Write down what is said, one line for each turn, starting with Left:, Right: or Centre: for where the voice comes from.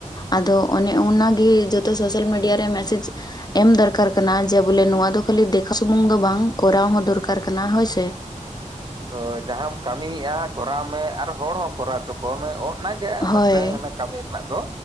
Left: ᱟᱫᱚ ᱚᱱᱮ ᱚᱱᱟᱜᱮ ᱡᱚᱛᱚ ᱥᱚᱥᱮᱞ ᱢᱤᱰᱤᱭᱟ ᱨᱮ ᱢᱮᱥᱮᱡᱽ ᱮᱢ ᱫᱚᱨᱠᱟᱨ ᱠᱟᱱᱟ ᱡᱮ ᱵᱚᱞᱮ ᱱᱚᱣᱟ ᱫᱚ ᱠᱷᱟᱹᱞᱤ ᱫᱮᱠᱷᱟ ᱥᱩᱢᱩᱝ ᱫᱚ ᱵᱟᱝ ᱠᱚᱨᱟᱣ ᱦᱚᱸ ᱫᱚᱨᱠᱟᱨ ᱠᱟᱨᱠᱟᱱᱟ ᱦᱚᱭ ᱥᱮ
Right: ᱦᱚᱭ ᱡᱟᱦᱟᱸᱢ ᱠᱟᱹᱢᱤᱭᱮᱫᱼᱟ ᱠᱚᱨᱟᱣ ᱢᱮ ᱟᱨ ᱦᱚᱲ ᱦᱚᱸ ᱠᱚᱨᱟᱣ ᱦᱚᱪᱚ ᱠᱚᱢ ᱚ ᱚᱱᱟᱜᱮ
Left: ᱦᱳᱭ
Right: ᱢᱤᱫᱴᱟᱝ ᱠᱟᱹᱢᱤ ᱨᱮᱱᱟᱜ ᱫᱚ